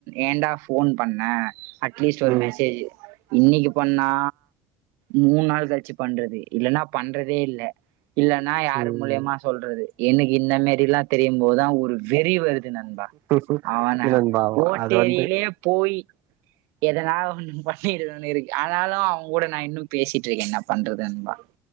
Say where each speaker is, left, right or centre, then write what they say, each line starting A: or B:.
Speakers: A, on the right; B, on the right.
A: ஏண்டா போன் பண்ண அட்லீஸ்ட் ஒரு
B: ம்
A: மெசேஜ் இன்னக்கு பண்ணா மூண் நாள் கழுச்சி பண்றது இல்லன்னா பண்றதே இல்ல இல்லன்னா யார்
B: ம்
A: மூலயமா சொல்றது இன்னு இந்த மேரில்லா தெரியு போதுதா ஒரு வெறி வருது நண்பா
B: ம்
A: அவன
B: நண்பா
A: <unintelligible>
B: அது வந்து
A: போயி எதனால ஒன்னு பண்ணிடனுன் இருக்கு ஆனாலு அவங் கூட நா இன்னு பேசிட்ருக்கே என்ன பண்றது நண்பா